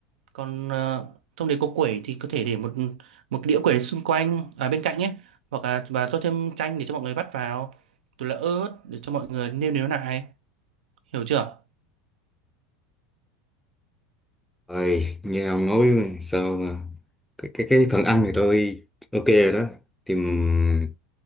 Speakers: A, on the right (about 80°); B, in the centre.
A: còn ờ, trong đấy có quẩy thì có thể để một một đĩa quẩy xung quanh à, bên cạnh nhé hoặc là và cho thêm chanh để cho mọi người vắt vào rồi là ớt để cho mọi người nêm nếm lại hiểu chưa
B: rồi nghe ông nói sao mà cái cái cái phần ăn thì tôi ok rồi đó thì ừm,